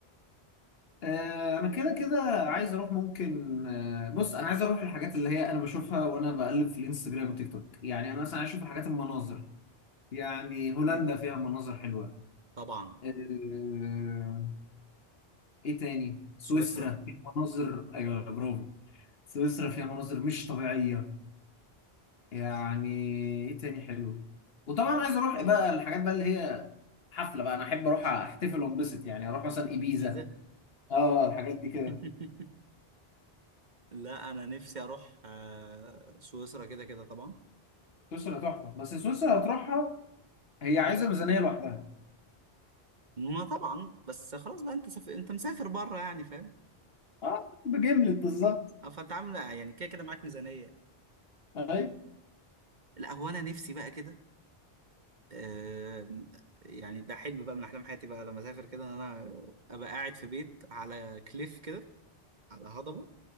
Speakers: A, on the left (about 65°); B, on the right (about 45°).
A: آه، انا كده كده عايز اروح ممكن آه، بص انا عايز اروح الحاجات اللي هي انا بشوفها وانا بقلب في الانستجرام والتيك توك يعني انا مثلا عايز اشوف الحاجات المناظر يعني هولندا فيها مناظر حلوه
B: طبعا
A: آه، ايه تاني سويسرا
B: سويسرا
A: فيها مناظر ايوه برافو سويسرا فيها مناظر مش طبيعيه يعني ايه تاني حلو وطبعا عايز اروح بقى الحاجات بقى اللي هي حفله بقى انا احب اروح احتفل وانبسط يعني اروح مثلا ايبيزا
B: الجيزة
A: اه الحاجات دي كده
B: <laughs> لا انا نفسي اروح آه، سويسرا كده كده طبعا
A: سويسرا تحفه بس سويسرا هتروحها هي عايزه ميزانيه لوحدها
B: ما طبعا بس خلاص بقى انت سف... انت مسافر بره يعني فاهم
A: اه بجملت بالظبط
B: أو فانت عامل يعني كده كده معاك ميزانية
A: اي
B: لا هو انا نفسي بقى كده آه، يعني ده حلم بقى من احلام حياتي بقى لما اسافر كده ان انا ابقى قاعد في بيت على كليف كده على هضبة